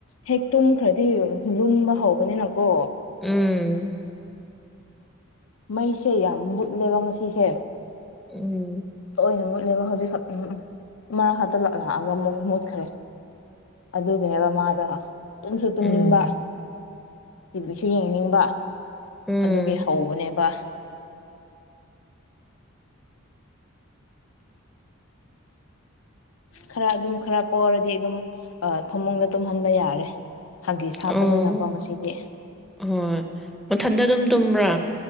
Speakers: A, on the left (about 75°); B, in the centre.
A: ꯍꯦꯛ ꯇꯨꯝꯈ꯭ꯔꯗꯤ ꯂꯨꯝꯕ ꯍꯧꯕꯅꯤꯅꯀꯣ
B: ꯎꯝ
A: ꯃꯩꯁꯦ ꯌꯥꯝ ꯃꯨꯠꯂꯦꯕ ꯉꯁꯤꯁꯦ
B: ꯎꯝ
A: ꯇꯣꯏꯅ ꯃꯨꯠꯂꯦꯕ ꯍꯧꯖꯤꯛꯈꯛ ꯃꯔꯛꯇ ꯂꯥꯛꯑꯒ ꯑꯃꯨꯛ ꯃꯨꯠꯈ꯭ꯔꯦ ꯑꯗꯨꯒꯤꯅꯦꯕ ꯃꯥꯗꯣ ꯇꯨꯝꯁꯨ ꯇꯨꯝꯅꯤꯡꯕ
B: ꯎꯝ
A: ꯇꯤꯚꯤꯁꯨ ꯌꯦꯡꯅꯤꯡꯕ
B: ꯎꯝ
A: ꯑꯗꯨꯒꯤ ꯍꯧꯕꯅꯦꯕ ꯈꯔ ꯑꯗꯨꯝ ꯈꯔ ꯄꯣꯔꯗꯤ ꯑꯗꯨꯝ ꯐꯃꯨꯡꯗ ꯇꯨꯝꯍꯟꯕ ꯌꯥꯔꯦ ꯍꯥꯒꯤꯁ
B: ꯑꯣ
A: ꯍꯥꯞꯄꯅꯤꯅꯀꯣ ꯉꯁꯤꯗꯤ
B: ꯍꯣꯏ ꯃꯊꯟꯗ ꯑꯗꯨꯝ ꯇꯨꯝꯕ꯭ꯔꯥ